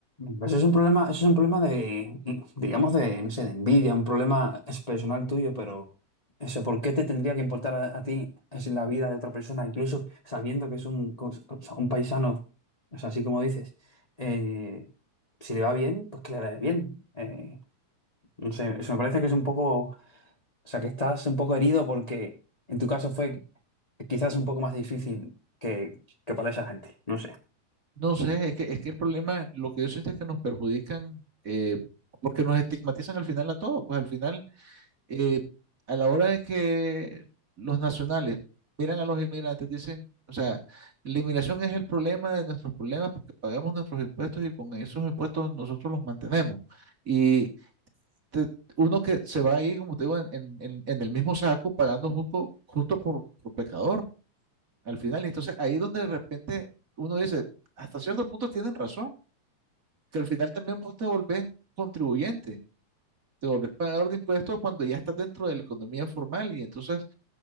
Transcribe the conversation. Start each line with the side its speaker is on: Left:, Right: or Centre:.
Left: Pues eso es un problema, eso es un problema de, i- digamos, de, no sé, de envidia, un problema es personal tuyo, pero eso, ¿por qué te tendría que importar a, a ti es la vida de otra persona, incluso sabiendo que es un, cos- o sea, un paisano, o sea, así como dices, eh, si le va bien, pues que le vaya bien. Eh, no sé, eso me parece que es un poco, o sea, que estás un poco herido porque en tu caso fue quizás un poco más difícil que, que para esa gente, no sé.
Right: No sé, es que, es que el problema, lo que yo siento es que nos perjudican eh, porque nos estigmatizan al final a todos, pues al final eh, a la hora de que los nacionales miran a los inmigrantes, dicen, o sea, la inmigración es el problema de nuestros problemas porque pagamos nuestros impuestos y con esos impuestos nosotros los mantenemos. Y te- uno que se va ahí, como te digo, en, en- en- en el mismo saco, pagando justo, justo por, por pecador al final. Y entonces ahí es donde de repente uno dice, hasta cierto punto tienen razón, que al final también vos te volvés contribuyente. Te volvés pagador de impuestos cuando ya estás dentro de la economía formal y entonces